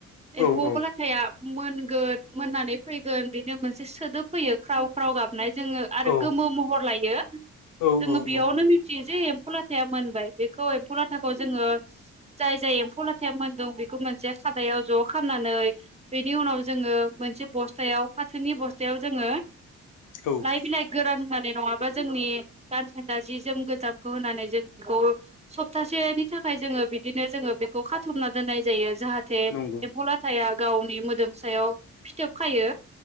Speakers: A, on the right; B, on the left.
A: मोनगोन
B: औ औ
A: मोननानै फैगोन बिनो मोनसे सोदोब फैयो ख्राव ख्राव गाबनाय जोङो। आरो
B: औ
A: गोमो महर लायो
B: औ
A: जोङो
B: औ
A: बेयावनो
B: औ
A: मिथियो जे एम्फौ लाथाया मोनबाय बे खौ एम्फौ लाथाखौ जोङो जाय -जाय एम्फौ लाथाया मोनदों बेखौ मोनसे खादायाव ज' खालामनानै बेनि उनाव जोङो मोन से बसथायाव फाथोनि बसथायाव जोंड़ो
B: औ
A: लाइ -बिलाइ नानै दोननानै नङाबा जोंनि गानखान्दा जि जोम गोजामखौ होनानै जों बेखौ सप्तासे नि थाखाय जोङो बिदिनो जोङो बेखौ खाथुमना दोननाय जायो। जाहाथे
B: नंगौ
A: एम्फौ लाथाया गावनि मोदोम सायाव फिथोब खायो।